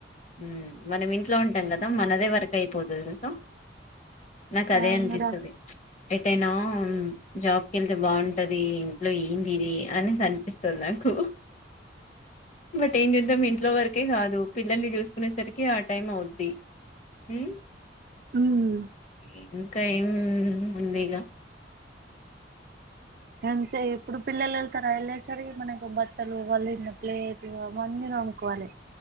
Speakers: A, on the left (about 40°); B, on the right (about 50°).
A: ఉమ్ మనం ఇంట్లో ఉంటాం కదా మనదే వరకు అయిపోతది సో నా కదే
B: అవునురా
A: అనిపిస్తాది ఎటైనా జాబ్కి వెళ్తే బాగుంటది ఇంట్లో ఎంది ఇది అనేసి అనిపిస్తాది నాకు బట్ ఏం చద్దం ఇట్లో వరకే కాదు ళ్ చూసుకునేసరికి ఆ టైం అవుద్ది ఉమ్
B: ఉమ్
A: ఏది కై ఏం ఉంది ఇగ
B: అంటే ఇప్పుడు పిల్లలు వెళ్తారా వెళ్ళ సరి మనకు బట్టలు వాళిన ప్లేట్ అవన్నీ నమ్కోవాలి